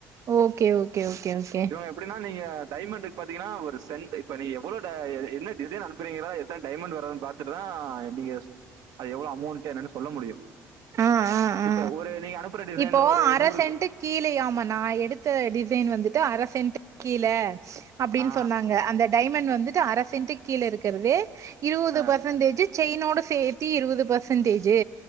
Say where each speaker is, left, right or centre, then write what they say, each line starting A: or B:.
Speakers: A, on the right; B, on the right.
A: ஓகே ஓகே ஓகே ஓகே
B: இவுங்க எப்படினா நீங்க டைமண்டுக்கு பாத்திங்கனா ஒரு சென்டு‌ இப்ப நீ எவ்வளோ த எ என்ன டிசைன் அனுப்புறிங்களோ எத்தன டைமண்டு வர்துனு பாத்துட்டுதான் அத நீங்க யோஸ் அது எவ்வுளோ அமோண்ட் என்னனு சொல்ல முடியு
A: ஆ ஆ ஆ
B: இப்ப ஒரு நீங்க அனுப்புற டிசைன்ல
A: இப்போ
B: ஒரு
A: அர
B: நூறு
A: சென்ட்டு கீழயாமா நா எடுத்த டிசைன் வந்து து அர சென்டுக் கீழ அப்டினு
B: ஆ
A: சொன்னாங்க அந்த டைமண் வந்து டு அர சென்ட்டு கீழ இருக்குறது இருவது
B: ஆ
A: பெர்சன்டேஜு செய்னோடு சேத்தி இருவது பேர்சன்டேஜு